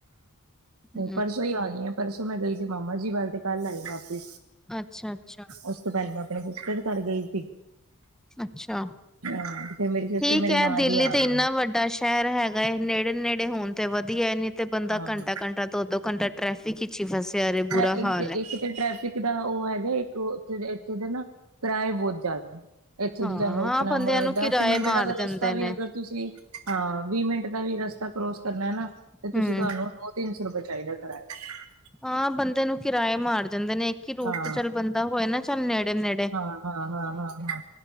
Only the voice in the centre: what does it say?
ਹੂੰ,
ਅੱਛਾ-ਅੱਛਾ।
ਅੱਛਾ
ਠੀਕ
ਹੈ
ਦਿੱਲੀ
ਤੇ ਇੰਨਾ
ਵੱਡਾ ਸ਼ਹਿਰ ਹੈਗਾ ਨੇੜੇ। ਨੇੜੇ ਨੇੜੇ ਹੋਣ ਤੇ ਵਧੀਆ ਨੀ ਤੇ ਬੰਦਾ
ਘੰਟਾ ਘੰਟਾ ਦੋ ਦੋ ਘੰਟਾ ਟਰੈਫਿਕ ਵਿੱਚ ਹੀ ਫਸਿਆ। ਰੇ ਬੁਰਾ
ਹਾਲ
ਐ।
ਹਾਂ,
ਬੰਦਿਆਂ ਨੂੰ ਕਿਰਾਏ
ਮਾਰ
ਜਾਂਦੇ
ਨੇ
ਹੂੰ।
ਹਾਂ ਬੰਦੇ ਨੂੰ ਕਿਰਾਏ ਮਾਰ ਜਾਂਦੇ ਨੇ ਇੱਕ ਹੀ ਰੂਟ
ਤੇ ਚੱਲ ਬੰਦਾ ਹੋਏ ਨਾ ਚੱਲ ਨੇੜੇ ਨੇੜੇ।